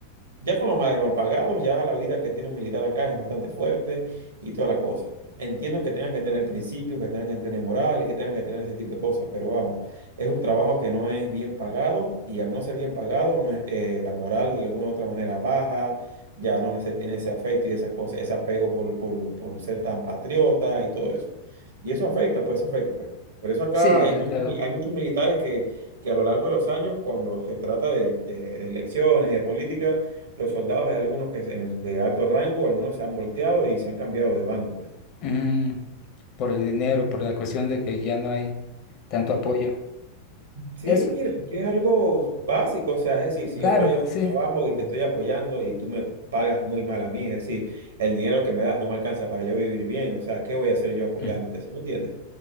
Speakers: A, on the right; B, on the left.
A: ya con lo mal de mal pagados, ya la vida que tiene un militar acá es bastante fuerte y toda la cosa. Entiendo que tengan que tener principios, que tengan que tener morales, que tengan que tener ese tipo de cosas, pero vamos, es un trabajo que no es bien pagado y al no ser bien pagado, no es, eh, la moral de alguna u otra manera baja, ya no se tiene ese afecto y esa cosa, ese apego por, por por ser tan patriota y todo eso. Y eso afecta, pues, eso afecta, pues. Por eso acá
B: Sí,
A: hay
B: desde
A: muchos,
B: luego.
A: mi- hay muchos militares que, que a lo largo de los años, cuando se trata de, de- de elecciones, de política, los soldados, hay algunos que se- en- de alto rango, algunos se han volteado y se han cambiado de bando, pues.
B: Mm, por el dinero, por la cuestión de que ya no hay tanto apoyo.
A: Sí,
B: Eso,
A: mira, es que es algo básico, o sea, es decir, si
B: claro,
A: yo estoy en un
B: sí.
A: trabajo y te estoy apoyando y tú me pagas muy mal a mí, es decir, el dinero que me das no me alcanza para yo vivir bien, o sea, ¿qué voy a hacer yo apoyándote?
B: Mm,
A: ¿Sí me entiendes?